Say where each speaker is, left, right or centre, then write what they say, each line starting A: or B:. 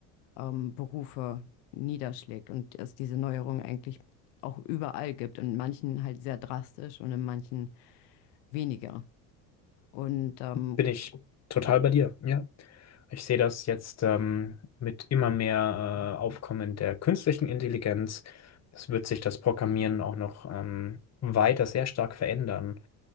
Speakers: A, on the left; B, on the left.
A: ähm, Berufe niederschlägt und es diese Neuerung eigentlich auch überall gibt. In manchen halt sehr drastisch und in manchen weniger. Und ähm,
B: Bin ich total bei dir, ja. Ich sehe das jetzt ähm, mit immer mehr äh, Aufkommen der künstlichen Intelligenz. Es wird sich das Programmieren auch noch ähm, weiter sehr stark verändern.